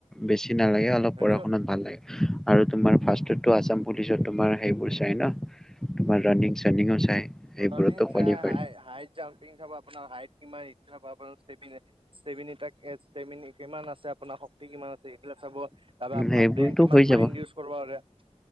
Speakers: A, in the centre; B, on the right (about 45°).
A: বেছি নালাগে অলপ
B: সেইটো
A: পঢ়া শুনাত ভাল লাগে আৰু তোমাৰ ফাৰ্ষ্টতো আছাম পুলিচত তোমাৰ সেইবোৰ চাই ন তোমাৰ ৰৰানিং চানিংও চাই। সেইবোৰতো
B: ৰানিং চাই
A: কোৱালিফাই
B: হাইট জাম্পিং চাব আপোনাৰ হাইট <unintelligible> কিমান আছে আপোনাৰ শক্তি কিমান আছে সেইবিলাক চাব <unintelligible> তাপা আপোনাৰ
A: সেইবোৰতো
B: ব্ৰেইন কিমান
A: হৈ যাব
B: মাইণ্ড ইউজ কৰিব পাৰে